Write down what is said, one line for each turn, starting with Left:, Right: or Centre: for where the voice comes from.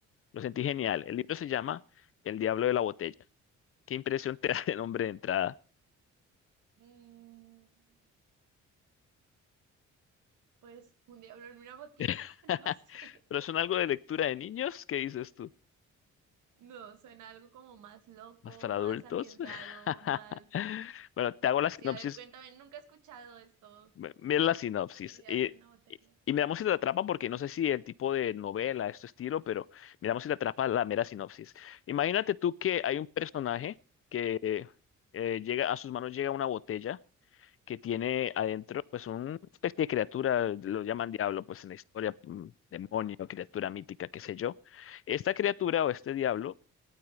Left: lo sentí genial. El libro se llama El Diablo de la Botella. ¿Qué impresión te <laughs> da el nombre de entrada?
Right: mm, pues un diablo en una botella,
Left: <laughs>
Right: <laughs> no sé.
Left: ¿Pero son algo de lectura de niños? ¿Qué dices tú?
Right: No, suena algo como más loco,
Left: ¿Más para
Right: más
Left: adultos?
Right: arriesgado,
Left: <laughs>
Right: más...
Left: Bueno, te hago la sinopsis.
Right: Sí, a ver, cuéntame, nunca he escuchado esto,
Left: m- Mira la sinopsis.
Right: el diablo
Left: Y,
Right: en una botella.
Left: y, y miramos si te atrapa, porque no sé si el tipo de novela, este estilo, pero miramos si te atrapa la mera sinopsis. Imagínate tú que hay un personaje que eh, llega, a sus manos llega una botella que tiene adentro pues una especie de criatura, lo llaman diablo pues en la historia, mm, demonio, criatura mítica, qué sé yo. Esta criatura o este diablo